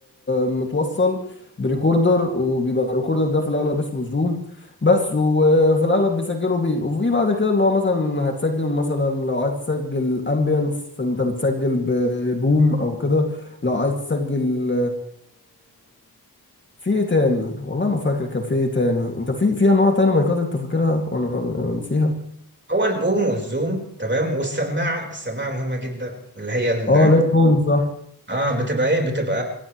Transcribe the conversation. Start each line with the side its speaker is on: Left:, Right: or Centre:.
Left: متوصل بريكوردر وبيبقى الريكوردر ده في الأغلب اسمه زوم بس وفي الأغلب بيسجلوا بيه وفي بعد كده اللي هو مثلا هتسجل مثلا لو عايز تسجل أمبيانس فأنت بتسجل ببوم أو كده لو عايز تسجل في ايه تاني والله ما فاكر كان في ايه تاني انت في في انواع تاني مايكات انت فاكرها وانا نسيها
Right: هو البوم والزوم تمام والسماعه السماعه مهمه جدا اللي هي ال-
Left: اه ليت هون صح
Right: اه بتبقى ايه بتبقى